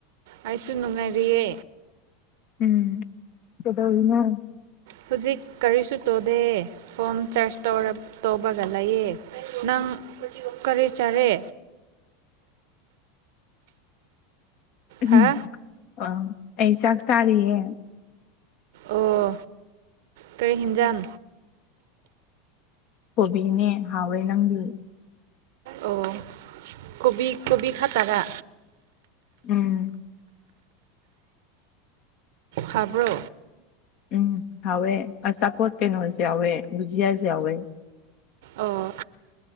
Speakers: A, on the right; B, on the left.
A: ꯑꯩꯁꯨ ꯅꯨꯡꯉꯥꯏꯔꯤꯌꯦ
B: ꯎꯝ ꯀꯩꯗꯧꯔꯤꯅꯣ
A: ꯍꯧꯖꯤꯛ ꯀꯔꯤꯁꯨ ꯇꯧꯗꯦ ꯐꯣꯝ ꯆꯥꯔꯖ ꯇꯧꯔ ꯇꯧꯕꯒ ꯂꯩꯌꯦ ꯅꯪ ꯀꯔꯤ ꯆꯥꯔꯦ
B: ꯎꯝ
A: ꯍꯥ
B: ꯑ ꯑꯩ ꯆꯥꯛ ꯆꯥꯔꯤꯌꯦ
A: ꯑꯣ ꯀꯔꯤ ꯍꯤꯡꯖꯥꯟ
B: ꯀꯣꯕꯤꯅꯦ ꯍꯥꯎꯋꯦ ꯅꯪꯗꯤ
A: ꯑꯣ ꯀꯣꯕꯤ ꯀꯣꯕꯤ ꯈꯥ ꯇꯔꯥ
B: ꯎꯝ
A: ꯍꯕ꯭ꯔꯣ
B: ꯎꯝ ꯍꯋꯦ ꯑꯆꯄꯣꯠ ꯀꯩꯅꯣ ꯁꯨ ꯌꯥꯎꯋꯦ ꯕꯨ ꯖꯤꯌꯥꯁꯨ ꯌꯥꯎꯋꯦ
A: ꯑꯣ